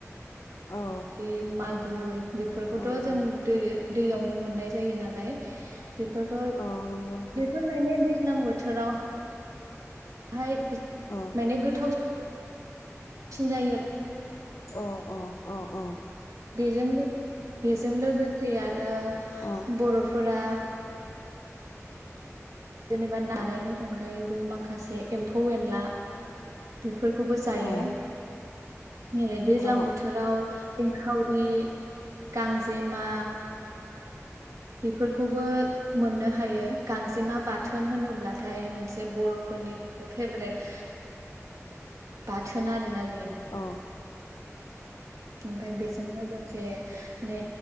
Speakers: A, on the left; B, on the right.
A: औ
B: <unintelligible> मागुर बेफोरखौथ'
A: औ
B: जों
A: औ
B: दै दैयावनो मोननाय जायो नालाय बेफोरखौ
A: औ नंगौ नोंथां
B: बेफोर माने दै। लां बोथोराव हाय।
A: औ
B: माने गोथाव सिन जायो।
A: औ औ औ औ
B: बेजों बे जों लोगोसे आरो
A: औ
B: बर'फोरा जेनेबा नानायनि अनगायैबो माखासे एम्फौ एनला‌ बे बेफोरखौबो जायो
A: औ
B: ओेरै दैज्लां
A: औ
B: बोथोराव सिंखावरि गां जेमा बेफोरखौबो मोननो हायो गांजेमा बा थोन होनो ब्लाथाय मोनसे बर' फोरनि फेभरेट बाथोन आरोना
A: औ
B: ओमफाय बेजों लोगोसे नै